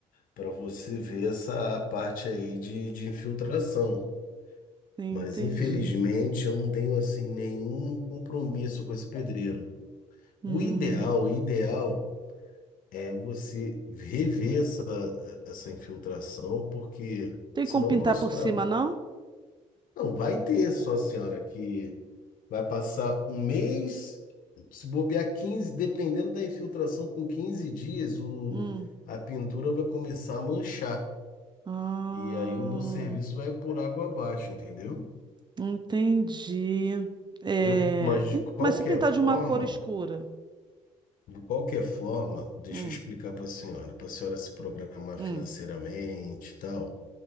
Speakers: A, on the left; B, on the right.
A: para você ver essa parte aí de, de infiltração.
B: entendi.
A: Mas infelizmente eu não tenho assim nenhum compromisso com esse pedreiro.
B: Hum,
A: O ideal, o ideal é você rever essa, essa infiltração, porque
B: tem
A: senão
B: como pintar
A: o nosso
B: por
A: trabalho.
B: cima, não?
A: Não, vai ter só a senhora que vai passar um mês, se bobear 15, dependendo da infiltração, com 15 dias, o,
B: Hum.
A: a pintura vai começar a manchar.
B: Ah,
A: E aí o meu serviço vai por água abaixo, entendeu?
B: entendi. É,
A: Eu, mas de
B: en-
A: qualquer
B: mas se pintar
A: forma,
B: de uma cor escura?
A: de qualquer forma, deixa
B: Hum,
A: eu explicar para a senhora, para a senhora se programar
B: hum,
A: financeiramente e tal.